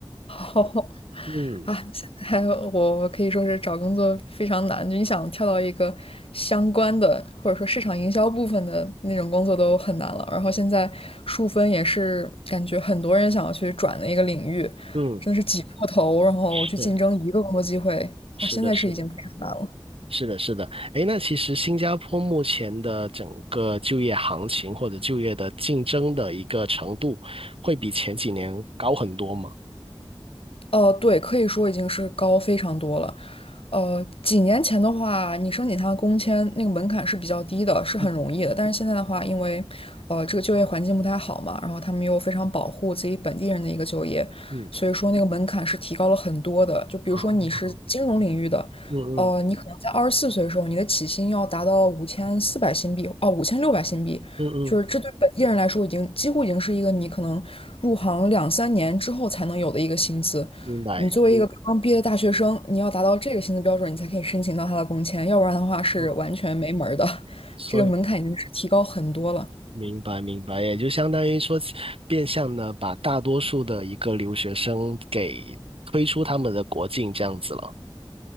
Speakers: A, on the left; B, on the right.
A: 好
B: 嗯
A: 啊，现在我可以说是找工作非常难，就你想跳到一个相关的或者说市场营销部分的那种工作都很难了。然后现在数分也是感觉很多人想要去转的一个领域，
B: 嗯，
A: 真的是挤破头，然后去竞争一个工作机会，
B: 是是的，
A: 哇，现在是已经非常难了。
B: 是的。是的，是的，诶，那其实新加坡目前的整个就业行情或者就业的竞争的一个程度，会比前几年高很多吗？
A: 哦，对，可以说已经是高非常多了。呃，几年前的话，你申请他的工签那个门槛是比较低的，是很容易的。
B: 嗯
A: 但是现在的话，因为呃这个就业环境不太好嘛，然后他们又非常保护自己本地人的一个就业，
B: 嗯，
A: 所以说那个门槛是提高了很多的。就比如说你是金融领域的，
B: 哦，嗯嗯
A: 呃，你可能在二十四岁的时候，你的起薪要达到五千四百新币，哦，五千六百新币，
B: 嗯嗯，
A: 就是这对本地人来说已经几乎已经是一个你可能入行两三年之后才能有的一个薪资。
B: 明白。
A: 你作为一个嗯刚刚毕业的大学生，你要达到这个薪资标准，你才可以申请到他的工签，要不然的话是完全没门儿的。
B: 嗯，
A: <laughs>
B: 所以
A: 这个门槛已经是提高很多了。
B: 明白明白，也就相当于说，变相的把大多数的一个留学生给推出他们的国境这样子了。